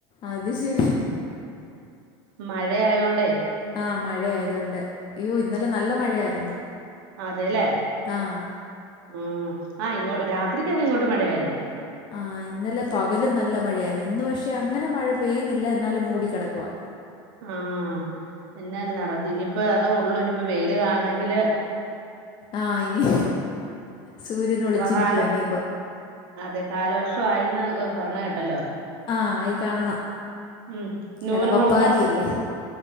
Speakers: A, on the left; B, on the right.
A: അത് ശരി
B: മഴയായോണ്ടേ
A: ആഹ് മഴയായത്കൊണ്ട്, യ്യോ ഇന്നലെ നല്ല മഴയായിരുന്നു
B: അതെ ലേ
A: ആഹ്
B: ആഹ് ആ ഇങ്ങോ രാത്രിക്കൊക്കെ ഇങ്ങോട്ട് മഴയായിരുന്നു
A: ആഹ് ഇന്നലെ പകലും നല്ല മഴയായിരുന്നു. ഇന്ന് പക്ഷെ അങ്ങനെ മഴ പെയ്യുന്നില്ല, എന്നാലും മൂടിക്കടക്കുവാ
B: ആഹ് <unintelligible> ഇനിയിപ്പ അതോ ഉള്ളൂ ഇനിപ്പോ വെയില് കാണ്ണെങ്കില്
A: ആഹ് ഇനി, സൂര്യനൊളിച്ചിരിക്കുവാ
B: കാല
A: ഇനിയിപ്പൊ
B: അതെ കാലവർഷവായീന്ന് പറണ കേട്ടല്ലോ
A: ആഹ് ആയി കാണണം
B: ഉം നൂനമർദ്ദം
A: എടവപ്പാതിയല്ലേ